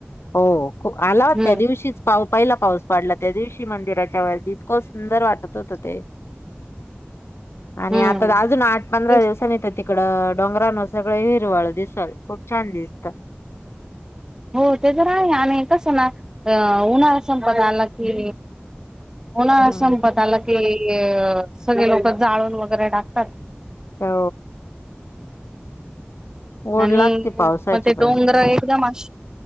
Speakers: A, on the left; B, on the right.
A: हो आला
B: हम्म
A: त्या दिवशीच पाव पाहिला पाऊस पाड त्या दिवशी मंदिराच्या वरती इतकं सुंदर वाटत होत ते आणि
B: हम्म
A: आता अजून आठ पंधरा
B: तेच
A: दिवसांनी
B: ना
A: तर तिकडं डोंगरान सगळं हिरवाळ दिसल खूप छान दिसत
B: हो ते तर आहे आणि कसं ना अ उन्हाळा्या संपदा आला कि होणा
A: हम्म.
B: संपत आला की सगळे लोक जाळून वगैरे टाकतात
A: हो ओढ
B: आणि
A: लागते पावसाची
B: मग ते
A: पण
B: डोंगर
A: मग
B: एकदम अ